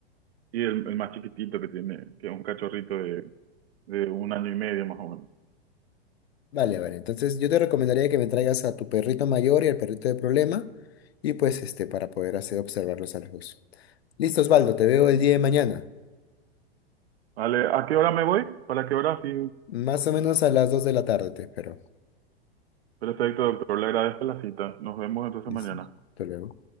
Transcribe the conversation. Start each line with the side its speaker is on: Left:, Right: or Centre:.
Right: y el, el más chiquitito que tiene, que es un cachorrito de, de un año y medio más o menos.
Left: Vale, vale. Entonces yo te recomendaría que me traigas a tu perrito mayor y al perrito de problema y pues este para poder hacer observarlos a los dos. Listo, Osvaldo, te veo el día de mañana.
Right: Vale, ¿a qué hora me voy? ¿Para qué hora? Sí,
Left: Más o menos a las 2 de la tarde te espero.
Right: perfecto, doctor. Le agradezco la cita. Nos vemos entonces
Left: Listo.
Right: mañana.
Left: Hasta luego.